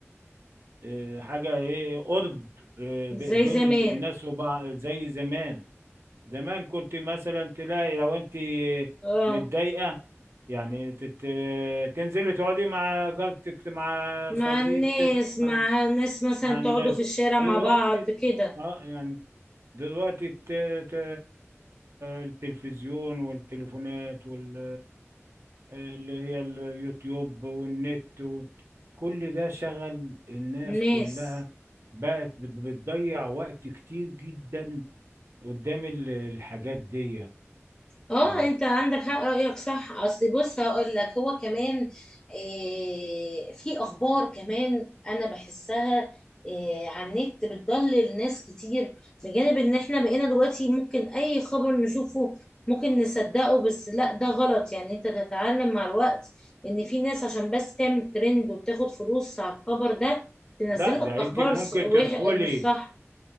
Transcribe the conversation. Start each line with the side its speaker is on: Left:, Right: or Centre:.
Right: آه، حاجة ايه قرب آه، ب-
Left: زي
Right: بين
Left: زمان
Right: ال- الناس وبعض زي زمان زمان كنت مثلا تلاقي لو انت
Left: اه
Right: متضايقة يعني تت... تنزلي تقعدي مع جارتك مع
Left: مع
Right: صديقتك
Left: الناس مع
Right: مع
Left: الناس مثلا
Right: مع الناس
Left: تقعدوا في الشارع
Right: دلوقتي
Left: مع بعض كده
Right: اه يعني دلوقتي الت... ت... التلفزيون والتليفونات وال اللي هي اليوتيوب والنت و... كل ده شغل الناس
Left: الناس
Right: كلها بقت بت- بتضيع وقت كتير جدا قدام ال- الحاجات دي
Left: اه
Right: ف...
Left: انت عندك حق رأيك صح اصل بص هقول لك هو كمان آه في اخبار كمان انا بحسها آه على النت بتضلل ناس كتير بجانب ان احنا بقينا دلوقتي ممكن اي خبر نشوفه ممكن نصدقه بس لا ده غلط يعني انت تتعلم مع الوقت ان في ناس عشان بس تعمل ترند وبتاخد فلوس على الخبر ده تنزلك
Right: لا ده
Left: اخبار
Right: انت ممكن
Left: ص- وح-
Right: تدخلي
Left: مش صح